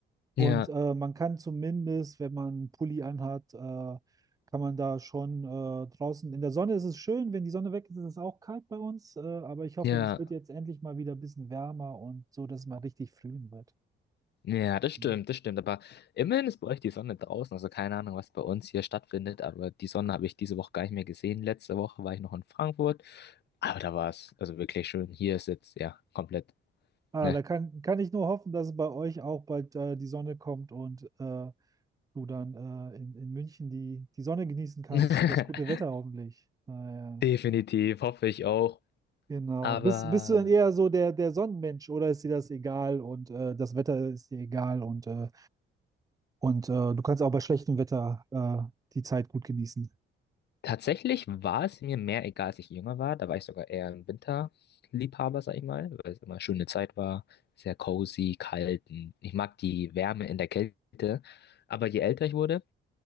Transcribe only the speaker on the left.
Ja,
ja.
Ja, das stimmt,
das stimmt. Aber immerhin ist bei euch die Sonne draußen. Also keine Ahnung, was bei uns hier stattfindet. Aber die Sonne habe ich diese Woche gar nicht mehr gesehen. Letzte Woche war ich noch in Frankfurt. Aber da war es also wirklich schön. Hier ist jetzt, ja, komplett,
ne?
<laughs>
Definitiv, hoffe ich auch.
Aber
tatsächlich war es mir mehr egal, als ich jünger war. Da war ich sogar eher ein Winterliebhaber, sag ich mal, weil es immer eine schöne Zeit war. Sehr cozy, kalt. Und ich mag die Wärme in der Kälte. Aber je älter ich wurde,